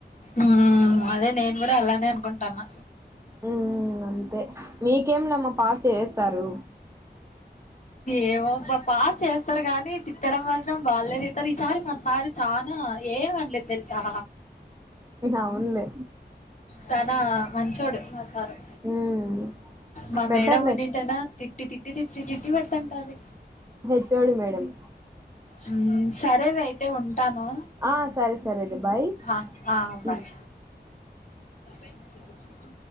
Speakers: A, on the left (about 45°); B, on the right (about 15°).
A: ఉమ్ అదే నేను గూడా అలానే అనుకుంటున్నా
B: ఉమ్ అంతే మీకేంలేమ్మ పాస్ చేసేస్తారు.
A: ఏమో బా పాస్ చేస్తారు గానీ తిట్టడం మాత్రం బాలే తిడ్తరు ఈసారి మాసారు చానా ఏం అనలేదు దెలుసా
B: అవునులే
A: చానా మంచోడు మా సారు
B: ఉమ్
A: మా
B: బెటర్లే
A: మేడం ఉన్నింటనా తిట్టి తిట్టి తిట్టి తిట్టి పెడుతంటది
B: హెచ్ ఓడి మేడమ్
A: ఉమ్ సరేవే అయితే ఉంటాను
B: ఆ సరే సరేలే బాయ్
A: ఆహా ఆ బాయ్
B: ఉమ్
A: <unintelligible>